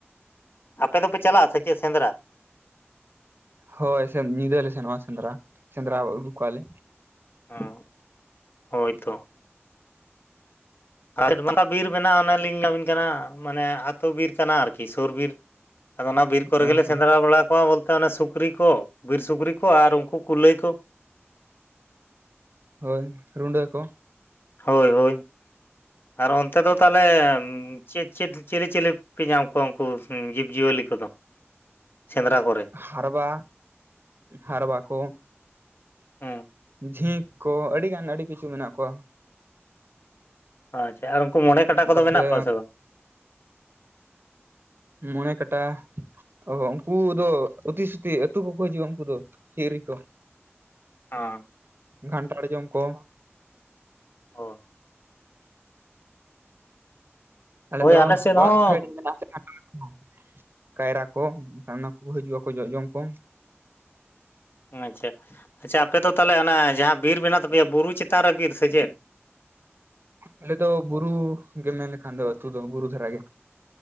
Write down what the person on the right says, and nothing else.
ᱦᱳᱭ ᱧᱤᱫᱟᱹ ᱞᱮ ᱥᱮᱱᱚᱜ-ᱟ ᱥᱮᱸᱫᱽᱨᱟ ᱥᱮᱸᱫᱽᱨᱟ ᱟᱹᱜᱩ ᱠᱚᱣᱟ ᱞᱮ
ᱚ
ᱦᱚᱸ
ᱦᱳᱭ ᱨᱩᱰᱟᱹ ᱠᱚ᱾
ᱦᱟᱨᱵᱟ ᱦᱟᱨᱵᱟ ᱠᱚ᱾
ᱡᱷᱤᱸᱠ ᱠᱚ ᱟᱹᱰᱤᱜᱟᱱ ᱟᱹᱰᱤ ᱠᱤᱪᱷᱩ ᱢᱮᱱᱟᱜ ᱠᱚᱣᱟ᱾
ᱛᱟᱯᱚᱨᱮ
ᱢᱚᱬᱮ ᱠᱟᱴᱟ ᱚ ᱦᱚ ᱩᱱᱠᱩ ᱫᱚ ᱩᱛᱤ ᱥᱩᱛᱤ ᱟᱹᱛᱩ ᱠᱚᱠᱚ ᱦᱤᱡᱩᱜᱼᱟ ᱩᱱᱠᱩ ᱫᱚ ᱦᱤᱨᱤ ᱠᱚ᱾
ᱠᱷᱟᱱᱴᱷᱟᱲ ᱡᱚᱢ ᱠᱚ᱾
ᱟᱞᱮ
ᱫᱚ
ᱚᱲᱟᱜ ᱯᱷᱮᱰ ᱢᱮᱱᱟᱜᱼᱟ ᱞᱮᱠᱷᱟᱱ <inaudible> ᱠᱟᱭᱨᱟ ᱠᱚ ᱮᱠᱷᱟᱱ ᱚᱱᱟ ᱠᱚ ᱦᱤᱡᱩᱜᱼᱟᱠᱚ ᱡᱚ ᱡᱚᱢ ᱠᱚ᱾
ᱟᱞᱮ ᱫᱚ ᱵᱩᱨᱩ ᱜᱮ ᱢᱮᱱ ᱞᱮᱠᱷᱟᱱ ᱫᱚ ᱟᱹᱛᱩ ᱫᱚ ᱵᱩᱨᱩ ᱫᱷᱟᱨᱮ ᱜᱮ᱾